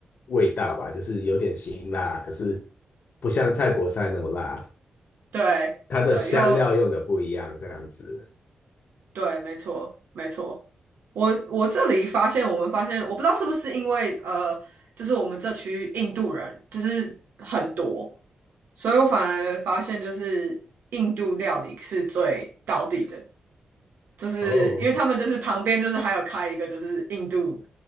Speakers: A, on the left; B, on the right.
A: 味道吧，就是有点辛辣，可是不像泰国菜那么辣，
B: 对对又
A: 它的香料用的不一样，这样子。
B: 对，没错没错。我我这里发现，我们发现，我不知道是不是因为呃，就是我们这区印度人就是很多，所以我反而发现就是印度料理是最到地的。就是因为他们就是旁边就是还有开一个就是印度
A: 哦，